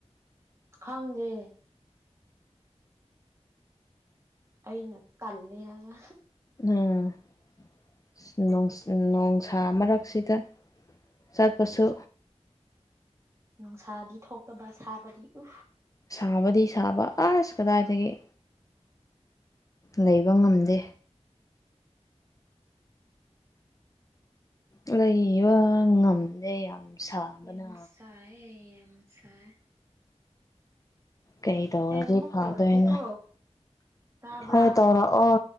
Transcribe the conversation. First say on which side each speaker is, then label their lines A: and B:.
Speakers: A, on the right; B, on the left.
A: ꯈꯪꯒꯦ ꯑꯩꯅ ꯀꯜꯂꯦ ꯍꯥꯏꯕ
B: ꯎꯝ ꯅꯣꯡꯁꯥ ꯃꯔꯛꯁꯤꯗ ꯆꯠꯄꯁꯨ
A: ꯅꯨꯡꯁꯥꯗꯤ ꯊꯣꯛꯇꯕ ꯁꯥꯕꯗꯤ ꯎ
B: ꯁꯥꯕꯗꯤ ꯁꯥꯕ ꯑꯁ ꯀꯗꯥꯏꯗꯒꯤꯦ ꯂꯩꯕ ꯉꯝꯗꯦ ꯑꯗꯩ ꯋꯥ ꯉꯝꯗꯦ ꯌꯥꯝ ꯁꯥꯕꯅ
A: ꯌꯥꯝꯦꯝꯁ ꯑꯦ ꯌꯥꯝꯦꯝ ꯁꯏ
B: ꯀꯩ ꯇꯧꯔꯗꯤ
A: ꯑꯃꯨꯛ
B: ꯐꯥꯗꯣꯏꯅꯣ
A: ꯇꯧꯔꯛꯀꯦꯀꯣ ꯇꯥꯕ꯭ꯔꯥ
B: ꯍꯣꯏ ꯇꯧꯔꯛꯑꯣ